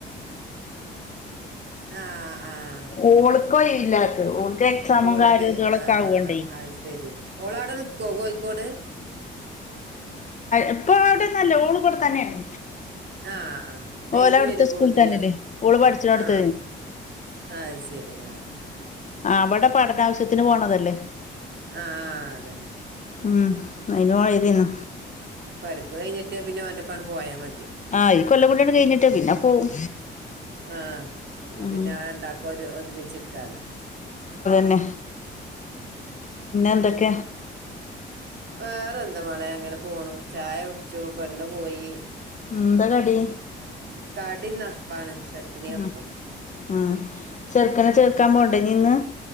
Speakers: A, on the right (about 60°); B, on the left (about 40°).
A: ആഹ് ആഹ്
B: <unintelligible> ഓൾക്കോ ഇല്ലാത്ത എക്സാമും
A: ഓൾക്കല്ലേ
B: കാര്യം ഇതുകളൊക്കെ
A: ആ
B: ആവോണ്ടേ
A: അത് ശെരി ഓള അവിടെ നിക്കുവോ കോഴിക്കോട്?
B: എപ്പൊ അവിടെന്നല്ലേ ഓള് ഇവിടെ തന്നെയാണ്.
A: ആ ആ ഡെയിലി
B: ഓല അവിടുത്തെ
A: വരും
B: സ്കൂളിൽ
A: പോവും ചെയ്യൂയൊക്കെ
B: തന്നെല്ലേ ഓള് പഠിച്ചിടടുത്ത്
A: ആ. അത് ശരി ആ.
B: ആ അവിടെ പഠന ആവശ്യത്തിന് പോണതല്ലേ.
A: ആ അതന്നെ.
B: ഉം അയിന് പോയതാണ്
A: പഠിപ്പ് കഴിഞ്ഞ് കിട്ടിയ പിന്നെ ഓന്റെ ഒപ്പം അങ്ങട് പോയാൽ മതി.
B: ആ ഈ കൊല്ലം കൂടി അങ്ങട് കഴിഞ്ഞിട്ട് പിന്നെ പോവും.
A: ആ
B: ഉം
A: പിന്നെ അവ രണ്ടാക്കും ഒരു ഒരുമിച്ചിക്കാലോ.
B: പിന്ന എന്തൊക്ക?
A: വേറെ എന്താ മോളെ അങ്ങനെ പോണു ചായ കുടിച്ചു പെണ്ണും പോയി.
B: എന്താ കടി?
A: കടിന്ന് അപ്പാണ് ചട്ടിണി
B: ഉം
A: അപ്പം
B: ഉം ചെറുക്കനെ ചേർക്കാൻ പോണ്ടേ ഇനി ഇന്ന്?